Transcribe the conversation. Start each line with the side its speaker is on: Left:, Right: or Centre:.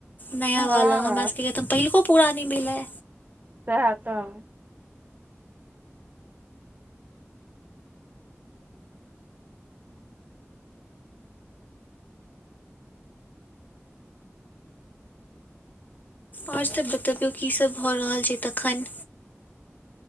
Left: नया
Right: हँ
Left: वाला हमरा सबके तऽ पहिलको पूरा नहि भेलै।
Right: सएह तऽ।
Left: आओर सभ बतबियौ कीसभ भऽ रहल छै तखन